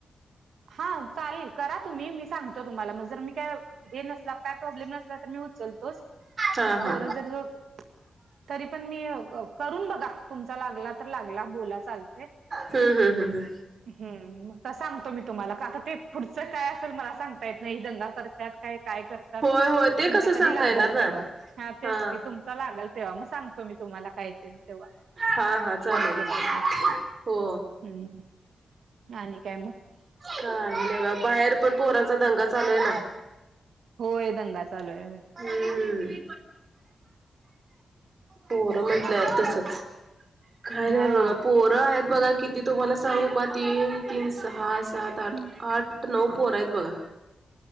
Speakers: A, on the right (about 85°); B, on the right (about 40°).
A: हा चालेल करा तुम्ही मी सांगतो तुम्हाला जर मी काय? हे नसल्यावर काय प्रॉब्लेम नसला तर मी उचलतोच
B: हा
A: म
B: हा.
A: पोर जरी झो तरी पण मी करून बघा तुमचा लागला तर लागला बोला चालतय.
B: हम्म हम्म हम्म
A: ह सांगतो मी तुम्हाला का आता ते पुढचं काय असेल मला सांगता येत नाही दंगा करत. त्यात काय काय कर तर
B: होय होय ते
A: तुमचा
B: कसं सांगता
A: कधी लागल
B: येणार
A: तेव्हा
B: ना
A: ह तेच
B: हा.
A: की तुमचा लागेल तेव्हा मग सांगतो मी तुम्हाला काय ते तेव्हा
B: हा हा चालेल
A: फोन केला
B: चालेल
A: की
B: हो
A: हम्म आणि काय मग?
B: काही नाही बघा बाहेर पण पोरांचा दंगा चालूय ना
A: होय दंगा चालूय
B: हम्म पोरं म्हंटल्यावर
A: हा आणि काय
B: तसचं काय नाय
A: हा
B: बघा पोरं आहेत बघा किती तुम्हाला सांगू का तीन तीन सहा सात आठ
A: हम्म
B: आठ नऊ पोरं आहेत बघा